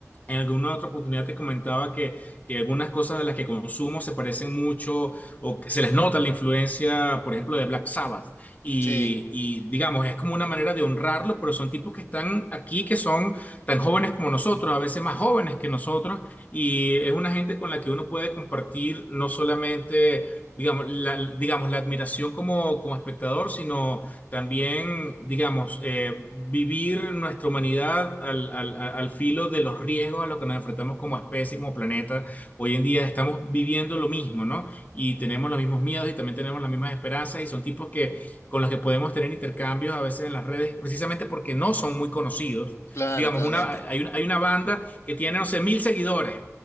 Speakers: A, on the left; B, on the left.
A: En alguna otra oportunidad te comentaba que, que algunas cosas de las que consumo se parecen mucho o que se les nota la influencia, por ejemplo, de Black Sabbath y,
B: Sí,
A: y, digamos, es como una manera de honrarlo, pero son tipos que están aquí, que son tan jóvenes como nosotros, a veces más jóvenes que nosotros, y es una gente con la que uno puede compartir no solamente... Digamos la, digamos, la admiración como, como espectador, sino también, digamos, eh, vivir nuestra humanidad al, al, al al filo de los riesgos a los que nos enfrentamos como especie, como planeta. Hoy en día estamos viviendo lo mismo, ¿no? Y tenemos los mismos miedos y también tenemos las mismas esperanzas y son tipos que con los que podemos tener intercambios a veces en las redes, precisamente porque no son muy conocidos.
B: claro,
A: Digamos,
B: totalmente.
A: una, hay, una, hay una banda que tiene, no sé, mil seguidores.